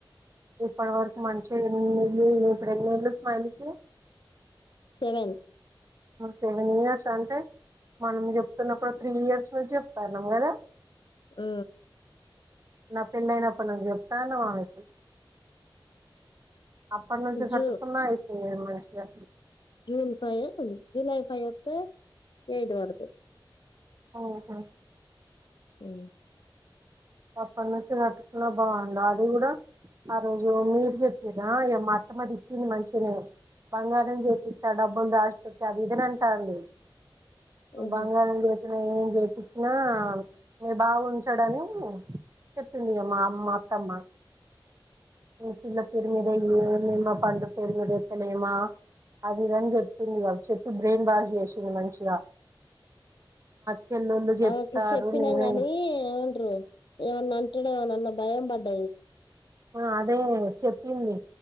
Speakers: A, on the right; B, on the left.
A: ఇప్పటి వరకు మంచిగా ఎన్ని నేల్ ఇప్పుడు ఎన్ని ఏళ్లు స్మైలికి
B: సెవెన్
A: సెవెన్ ఇయర్స్ అంటే మనం చెప్తున్నప్పుడు త్రీ ఇయర్స్ నుంచి చెప్తన్నాం కదా
B: ఆ
A: నా పెండ్లి అయినప్పటి నుంచి చెప్తానవ్ ఆమె కి అప్పటి నుంచి కట్టుకున్నా
B: జూ
A: అయిపోయే మంచిగా
B: జూన్ ఫైవ్ జూలై ఫై వత్తే ఎయిట్ పడుతాయి
A: ఓహో
B: హూ
A: అప్పటినుంచి కట్టుకున్నా బాగుండు అది కూడా ఆ రోజు మీరు చెప్పిరా ఇ అత్తమ్మ తిట్టింది మంచిగానే బంగారం చేపిస్తా డబ్బులు దాచి పెట్టు అది ఇది అని అంటాంది
B: ఆహా
A: బంగారం చేస్ ఏం చేపంచినా మీ బావ ఉంచాడని చెప్పింది మా అమ్మా అత్తమ్మ ఇగ పిల్ల పేరుమీదా ఏయీ మేం మా పండు పేరు ఏత్తలేమా అది ఇది అని చెప్పింది గా చెప్పి బ్రెయిన్ వాష్ చేసింది మంచిగా చెల్లెళ్ళు చెప్తారు
B: ఆమేకి చెప్పినాం
A: నేనే
B: గాని ఏమంట్రు ఇవన్ అంటడమో నన్న భయం బడ్ ఔవ్
A: ఆ అదే చెప్పింది